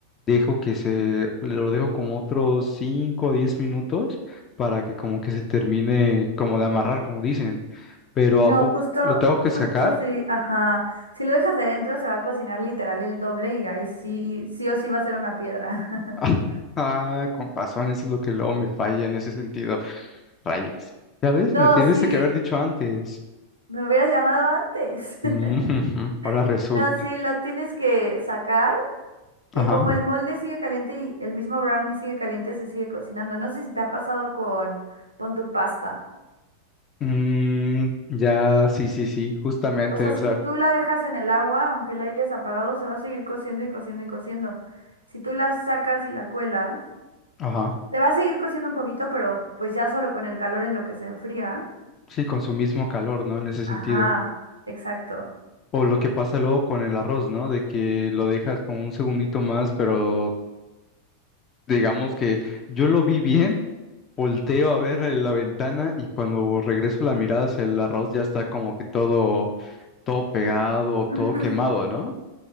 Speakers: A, on the left (about 30°); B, on the right (about 80°).
A: dejo que se, lo dejo como otros 5 o 10 minutos para que como que se termine como de amarrar, como dicen. Pero
B: No,
A: ¿a poco
B: justo,
A: lo tengo que
B: justo
A: sacar?
B: si, ajá, si lo dejas adentro se va a cocinar literal el doble y ahí sí, sí o sí va a ser una piedra.
A: <laughs>
B: <laughs>
A: Ah, con razón, eso es lo que luego me falla en ese sentido. Rayos. ¿Sabes?
B: No,
A: Me tuviste
B: sí,
A: que haber dicho antes.
B: me hubieras llamado antes. <laughs>
A: Ujú, <laughs> Ahora resulta.
B: No, sí, lo tienes que sacar.
A: Ajá.
B: Y como el molde sigue caliente y el mismo brownie sigue caliente, se sigue cocinando. No sé si te ha pasado con, con tu pasta.
A: Mm, ya, sí, sí, sí, justamente,
B: O sea, si
A: o sea,
B: tú la dejas en el agua, aunque la hayas apagado, se va a seguir cociendo y cociendo y cociendo. Si tú la sacas y la cuelas,
A: ajá.
B: se va a seguir cociendo un poquito, pero pues ya solo con el calor en lo que se enfría.
A: Sí, con su mismo calor, ¿no? En ese
B: Ajá,
A: sentido.
B: exacto.
A: O lo que pasa luego con el arroz, ¿no? De que lo dejas como un segundito más, pero digamos que yo lo vi bien, volteo a ver en la ventana y cuando regreso la mirada hacia el arroz ya está como que todo, todo pegado, todo
B: <laughs>
A: quemado, ¿no?